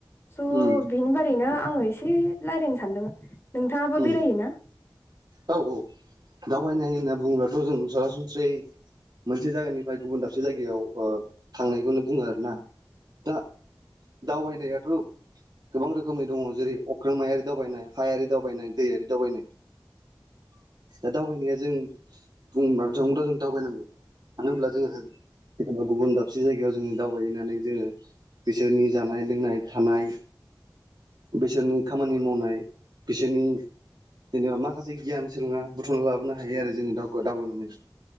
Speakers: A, on the left (about 30°); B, on the right (about 60°).
A: स'
B: उम
A: बिनि बारैनो आङो एसे रायलायनो सानदों नोंथाङाबो
B: उम
A: बेरायोना?
B: औ औ दावबायनाय होनना बुंब्लाथ' जों सरासनस्रायै मोनसे जायगानिफ्राय गुबुन दाबसे जायगायाव थांनायखौनो बुङो आरो ना दा दावबायनायाथ' गोबां रोखोमनि दङ जेरै अख्रांमायारि दावबायनाय हायारि दावबायनाय दैयारि दावबायनाय दा दावबायनाया जों बुंबाथजों दावबायनांगौ मानो होनब्ला जोङो जेनेबा गुबुन दाबसे जायगायाव जोङो दावबायहैनानै जोङो बिसोरनि जानाय लोंनाय थानाय बिसोरनि खामानि मावनाय बिसोरनि जेनेबा माखासे गियान सोलोंना बुथुमना लाबोनो हायो आरो जोंङो दावगो दावबायनायनि